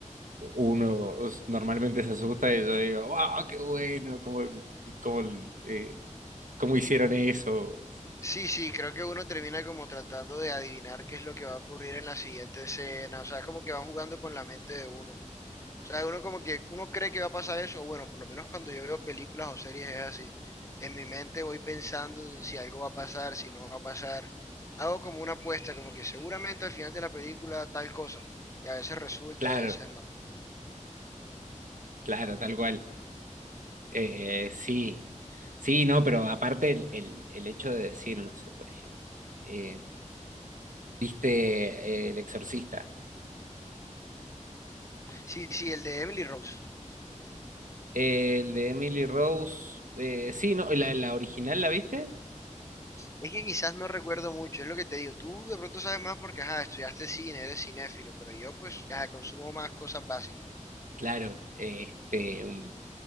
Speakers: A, on the right; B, on the left.
A: uno normalmente se asusta y yo digo, wow, qué bueno, cómo, cómo, eh, cómo hicieron eso.
B: Sí, sí, creo que uno termina como tratando de adivinar qué es lo que va a ocurrir en la siguiente escena, o sea, es como que van jugando con la mente de uno. O sea, uno como que uno cree que va a pasar eso, o bueno, por lo menos cuando yo veo películas o series es así. En mi mente voy pensando si algo va a pasar, si no va a pasar. Hago como una apuesta, como que seguramente al final de la película tal cosa, y a veces resulta
A: Claro,
B: y a veces no.
A: claro, tal cual. Eh, sí, sí, no, pero aparte el, el- el hecho de decir, no sé, por ejemplo, eh, ¿viste eh, El Exorcista?
B: Sí, sí, el de Emily Rose.
A: Eh, el de Emily Rose. eh, sí, no, la, la original, ¿la viste?
B: Es que quizás no recuerdo mucho, es lo que te digo. Tú de pronto sabes más porque, ajá, estudiaste cine, eres cinéfilo, pero yo pues, ajá, consumo más cosas básicas.
A: Claro, eh, este, mm,